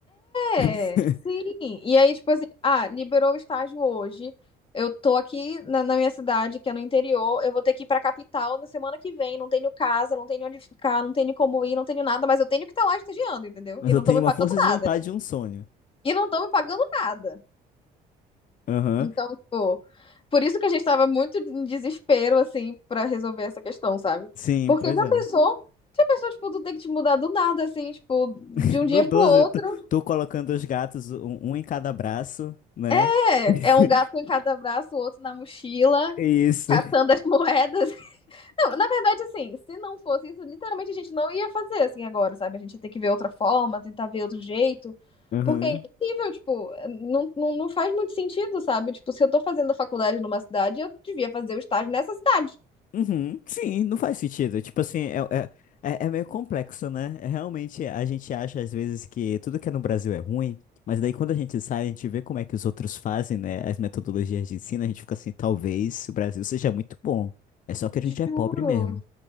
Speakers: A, on the left; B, on the left.
A: é,
B: <laughs>
A: sim. E aí, tipo assim, ah, liberou o estágio hoje. Eu tô aqui na, na minha cidade, que é no interior. Eu vou ter que ir pra capital na semana que vem. Não tenho casa, não tenho onde ficar, não tenho como ir, não tenho nada, mas eu tenho que estar lá estagiando, entendeu?
B: Mas
A: E
B: eu
A: não
B: tenho
A: tô me pagando
B: uma força
A: nada.
B: de vontade e um sonho.
A: E não tô me pagando nada.
B: Aham,
A: Então, tipo, por isso que a gente tava muito em desespero, assim, pra resolver essa questão, sabe?
B: Sim,
A: Porque
B: pois
A: já
B: é.
A: pensou, já pensou, tipo, tu tem que te mudar do nada, assim, tipo, de
B: <laughs>
A: um
B: No
A: dia
B: 12
A: pro outro.
B: tu, tu colocando os gatos, um, um em cada braço, né?
A: É,
B: <laughs>
A: é um gato em cada braço, o outro na mochila,
B: É Isso.
A: catando as <laughs> moedas. Não, na verdade, assim, se não fosse isso, literalmente a gente não ia fazer assim agora, sabe? A gente ia ter que ver outra forma, tentar ver outro jeito.
B: Uhum.
A: Porque é impossível, tipo, eh, não, não, não faz muito sentido, sabe? Tipo, se eu tô fazendo a faculdade numa cidade, eu devia fazer o estágio nessa cidade.
B: Uhum. Sim, não faz sentido. Tipo assim, é, é, é é meio complexo, né? É, Realmente a gente acha às vezes que tudo que é no Brasil é ruim, mas daí quando a gente sai, a gente vê como é que os outros fazem, né? As metodologias de ensino, a gente fica assim, talvez o Brasil seja muito bom. É só que a
A: Juro.
B: gente é pobre mesmo.